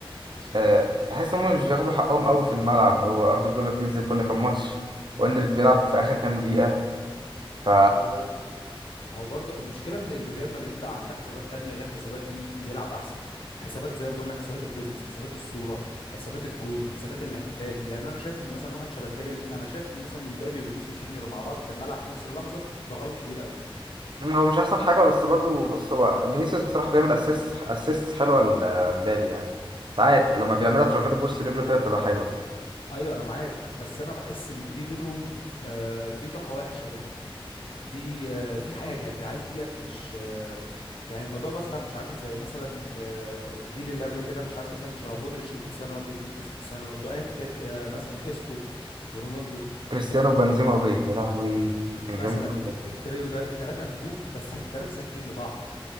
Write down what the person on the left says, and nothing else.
اشمعنى
ما هو ما هو برضو المشكله ان إن ريال مدريد بقى عندها حسابات تانية غير حسابات مين بيلعب احسن حسابات زي ما بقول لك حسابات البيزنس حسابات الصوره حسابات الجون حسابات الاحتفال يعني انا شايف ان مثلا واحد شبه كيليان يعني انا شايف ان مثلا امبابي وفينيسيوس جونيور مع بعض في الملعب في نفس اللحظه ده غلط كبير قوي
ايوه انا معاك بس انا بحس ان في بينهم آه في طاقه وحشه بينهم في آه في حاجه يعني العيال ديت مش آه يعني الموضوع مثلا مش عامل زي مثلا آه الجيل اللي قبل كده مش عامل مثلا شبه مودريتش وكريستيانو رونالدو توني كروس وكريستيانو رونالدو ايا كان آه مثلا اسكو ورونالدو
فاهم
مثلا
الت- التريو ده التلاته نجوم بس التلاته سالكين لبعض